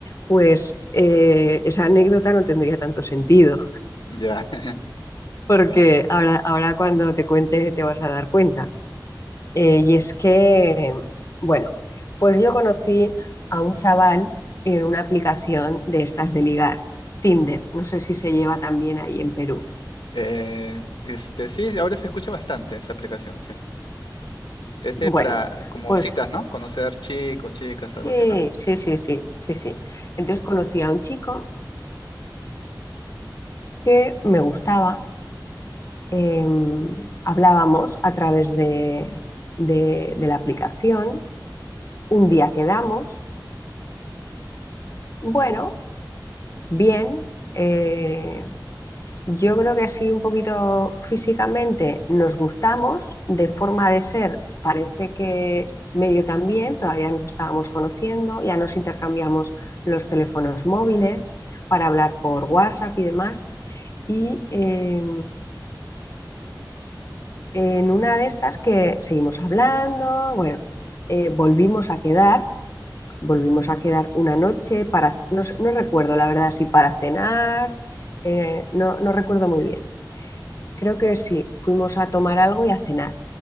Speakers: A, on the left (about 40°); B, on the left (about 85°).
A: pues eh, esa anécdota no tendría tanto sentido,
B: Ya. <laughs>
A: porque
B: bien.
A: ahora, ahora cuando te cuente te vas a dar cuenta. Eh, y es que, bueno, pues yo conocí a un chaval en una aplicación de estas de ligar, Tinder, no sé si se lleva también ahí en Perú.
B: Eh, este, sí, ahora se escucha bastante esa aplicación, sí. Es de
A: Bueno,
B: para, como
A: pues
B: citas, ¿no? Conocer chicos, chicas, algo
A: Sí,
B: así, ¿no?
A: sí, sí, sí, sí, sí. Entonces conocí a un chico que me gustaba. eh, hablábamos a través de, de- de la aplicación. Un día quedamos, bueno, bien. eh, Yo creo que sí, un poquito físicamente nos gustamos, de forma de ser parece que medio también, todavía nos estábamos conociendo, ya nos intercambiamos los teléfonos móviles para hablar por WhatsApp y demás. Y eh, en una de estas que seguimos hablando, bueno, eh, volvimos a quedar, volvimos a quedar una noche para, ce- no, s- no recuerdo la verdad si para cenar, eh, no, no recuerdo muy bien Creo que sí, fuimos a tomar algo y a cenar.